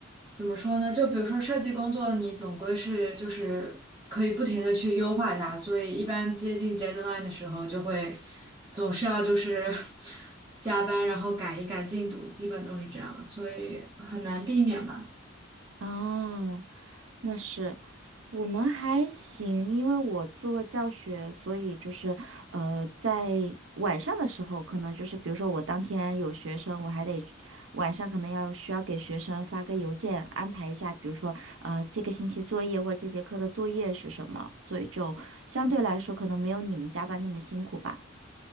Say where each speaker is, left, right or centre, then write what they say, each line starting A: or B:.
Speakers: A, on the right; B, on the right.
A: 怎么说呢？就比如说设计工作，你总归是就是可以不停的去优化它，所以一般接近 deadline 的时候，就会总是要就是 <laughs> 加班，然后赶一赶进度，基本都是这样，所以很难避免吧。
B: 哦，那是，我们还行，因为我做教学，所以就是，呃，在晚上的时候，可能就是，比如说我当天有学生，我还得晚上可能要需要给学生发个邮件，安排一下，比如说，呃，这个星期作业或者这节课的作业是什么，所以就相对来说可能没有你们加班那么辛苦吧。